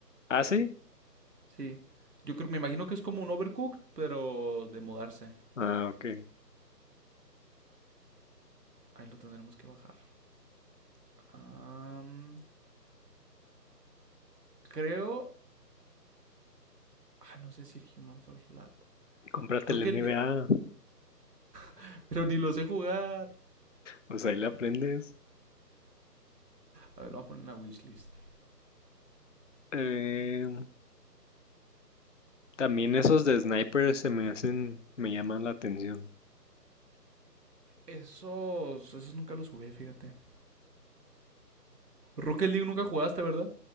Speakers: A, on the left (about 50°); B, on the right (about 70°).
A: ¿Ah, sí?
B: Sí. Yo creo, me imagino que es como un Overcooked, pero de mudarse.
A: Ah, ok.
B: Ahí lo tendremos que bajar. Am, creo. Ah, no sé si el Human Fall Flat.
A: Cómprate
B: Creo
A: el
B: que
A: NBA.
B: el- <laughs> Pero ni lo sé jugar.
A: Pues ahí le aprendes.
B: A ver, lo voy a poner en la wishlist.
A: Eh, también esos de Sniper se me hacen, me llaman la atención.
B: Esos. Esos nunca los jugué, fíjate. Rocket League nunca jugaste, ¿verdad?